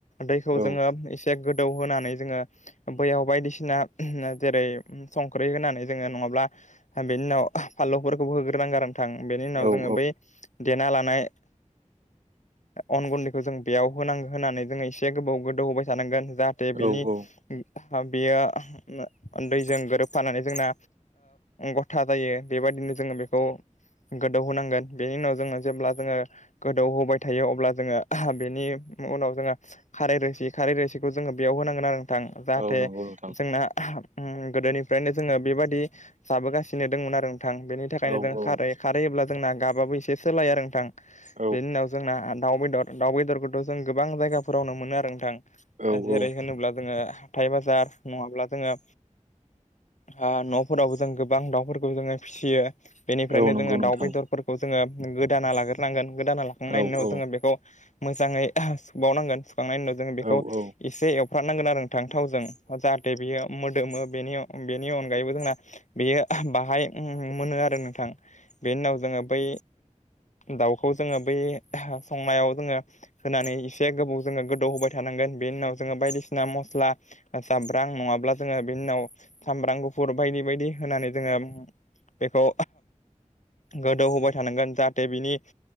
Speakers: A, on the left (about 65°); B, on the right (about 70°).
A: दैखौ
B: औ
A: जोङो एसे गोदौ होनानै जोङो बैयाव बायदिसिना जेरै संख्रि होनानै जोङो नङाब्ला बेनि उनाव फानलुफोरखौबो होग्रोनांगोन नोंथां बेनि उनाव
B: औ
A: जोङो
B: औ
A: बै देना लानाय अन गुन्दैखौ जों बेयाव होनांगौ होननानै जोङो एसे गोबाव गोदौ होबाय जानांगोन जाहाथे
B: औ
A: बिनि बियो दैजों गोरोबफानानै जोंना गथा जायो। बेबायदिनो जोङो बेखौ गोदौ होनांगोन बेनि उनाव जोङो जेब्ला जोङो गोदौहोबाय थायो अब्ला जोङो बेनि उनाव जोङो खारै रोसि खारै रोसिखौ जोङो बेयाव होनांगोन आरो नोंथां
B: औ
A: जाहाथे
B: नंगौ नोंथां
A: जोंना गोदोनिफ्रायनो जोङो बेबादि जाबोगासिनो दंमोन आरो नोंथां बेनि थाखायनो
B: औ औ
A: जों
B: औ
A: खारै खारहैायोब्ला जोंना गाबाबो एसे सोलायो आरो नोंथां।
B: औ
A: बेनि उनाव जोंना दाउ बेदर दाउ बेदरखौथ जों गोबां जायगाफोरावनो मोनो आरो नोंथां
B: औ
A: जेरै होनोब्ला
B: नंगौ
A: जोङो हाथाय बाजार नङाब्ला जोङो हा नफोरावबो जों गोबां दाउफोरखौ जोङो फिसियो बेनिफ्रायनो
B: नोंथां
A: जोङो दाउ बेदरफोरखौ जोङो गोदाना लाग्रोनांगोन गोदाना लाखांनायनि
B: औ औ
A: उनाव जोङो बेखौ मोजाङै सुावनांगोन सुखांनायनि उनाव जोङो
B: औ औ
A: एसे एवफ्रनांगोन आरो नों थां थावजों जाहाथे बियो मोदोम बेनि बेनि अनगायैबो जोंना बेयो बाहाय मोनो आरो नोंथां बे उनाव जोङो बै दाउखौ जोङो बै संनायाव जोङो होनानै एसे गोबाव जोङो गोदौ होबाय थ थानांगोन बेनि उनाव जोङो बायदिसिना मस्ला जाब्रां नङाब्ला जोङो बेनि उनाव सामब्राम गुफुर बायदि बायदि होनानै जोङो बेखौ गोदौहोबाय थानांगोन जाहाथे बिनि